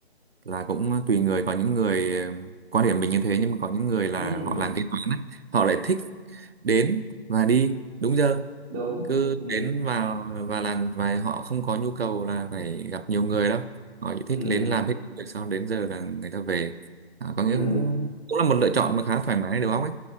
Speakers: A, on the right; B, in the centre.
A: là cũng tùy người có những người ờ, quan điểm mình như thế nhưng mà có những người là
B: ừ,
A: họ làm kế toán á, họ lại thích đến và đi đúng giờ
B: đúng
A: cứ
B: ừ,
A: đến vào và làm vài họ không có nhu cầu là phải gặp nhiều người đâu họ chỉ thích
B: ừ,
A: đến làm hết công việc xong đến giờ là người ta về à, có nghĩa
B: ừ,
A: cũng cũng là một lựa chọn mà khá thoải mái đầu óc ấy